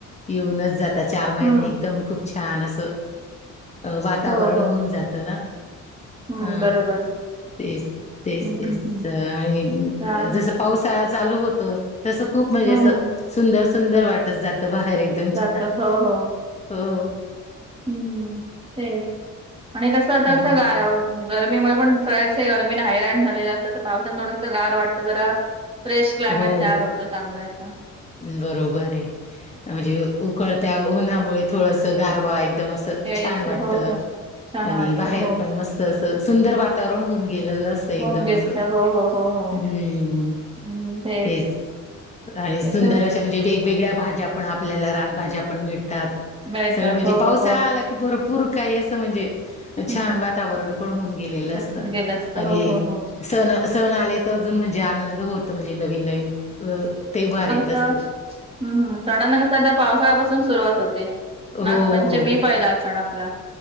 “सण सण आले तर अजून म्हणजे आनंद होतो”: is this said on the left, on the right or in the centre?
Left